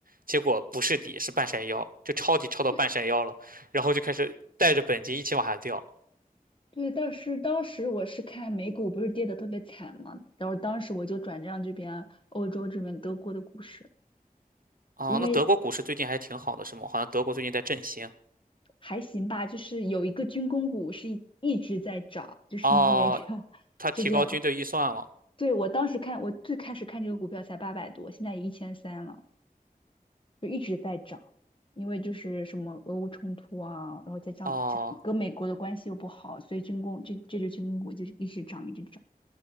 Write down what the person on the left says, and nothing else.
对。
对，但是当时我是看美股不是跌得特别惨嘛，然后当时我就转战这边欧洲这边德国的股市，
因为
还行吧，就是有一个军工股是一一直在涨，就是因为这个这件，
对，我当时看我最开始看这个股票才八百多，现在也一千三了，就一直在涨，因为就是什么俄乌冲突啊，然后再加上这跟美国的关系又不好，
所以军工这这支军工股就是一直涨一直涨。